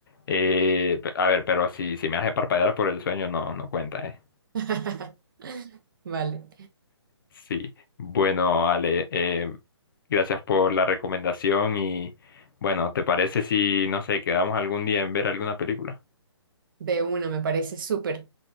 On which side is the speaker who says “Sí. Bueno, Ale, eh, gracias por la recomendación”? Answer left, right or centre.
Left